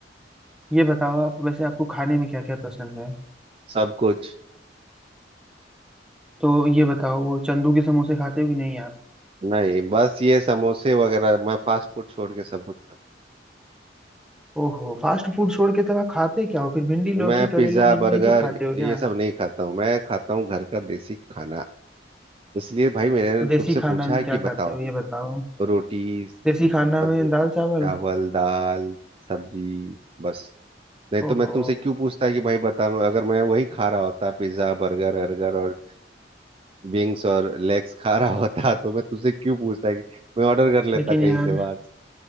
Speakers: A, in the centre; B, on the right.
A: ये बताओ आप वैसे आपको खाने में क्या क्या पसंद है
B: सब कुछ
A: तो ये बताओ वो चंदू के समोसे खाते हो कि नहीं आप
B: नहीं बस ये समोसे वगैरह मैं फास्ट फूड छोड़ के सब कुछ खाता
A: ओहो फास्ट फूड छोड़ के तब आप खाते क्या हो फिर भिंडी
B: हूँ।
A: लौकी
B: मैं पिज्जा
A: करेला
B: बर्गर
A: नेनुआ ये सब खाते हो क्या
B: ये सब नहीं खाता हूँ मैं खाता हूँ घर का देसी खाना इसलिए भाई मैंने
A: तो देसी
B: तुमसे
A: खाना
B: पूछा
A: में
B: है
A: क्या
B: कि बताओ
A: खाते हो ये बताओ
B: रोटी
A: देसी
B: मतलब
A: खाना में
B: रोटी
A: दाल चावल
B: चावल दाल सब्जी बस नहीं तो
A: ओहो
B: मैं तुमसे क्यों पूछता कि भाई बता अगर मैं वही खा रहा होता पिज्जा बर्गर अर्गर और विंग्स और लेग्स खा रहा होता तो मैं तुमसे क्यों पूछता कि मैं ऑर्डर कर लेता
A: लेकिन
B: कहीं
A: यार
B: से बाहर से।